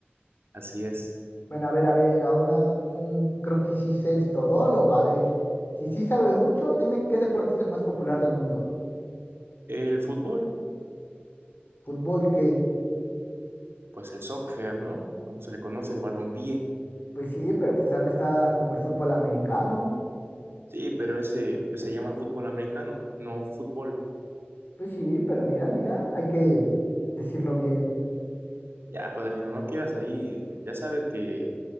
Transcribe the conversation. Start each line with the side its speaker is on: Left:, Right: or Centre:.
Right: Así es.
Left: Bueno, a ver, a ver, ahora mm, creo que sí eres todólogo, a ver. Si sí sabes mucho, dime qué deporte es el más popular del mundo.
Right: El fútbol,
Left: ¿Fútbol qué?
Right: pues el soccer, ¿no? Como se le conoce, el balompié.
Left: Pues sí, pero pues también está como el fútbol americano.
Right: Sí, pero ese pues se llama fútbol americano, no fútbol.
Left: Pues sí, pero mira, mira, hay que decirlo bien.
Right: Ya, padrino, no quieras ahí. Ya sabes que.